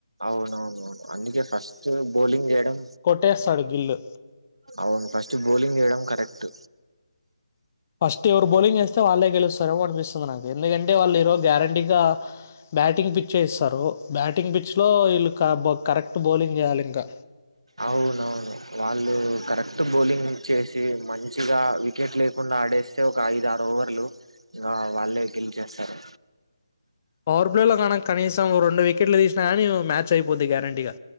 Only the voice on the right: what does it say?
అవునవునవును అందుకే ఫస్ట్ బౌలింగ్ చేయడం
అవును ఫస్ట్ బౌలింగ్ చేయడం కరెక్ట్
అవునవును వాళ్ళు కరెక్ట్ బౌలింగ్ చేసి మంచిగా వికెట్ లేకుండా ఆడేస్తే ఒక ఐద ఆరు ఓవర్లు ఇంకా వాళ్ళే గెలిచేస్తారు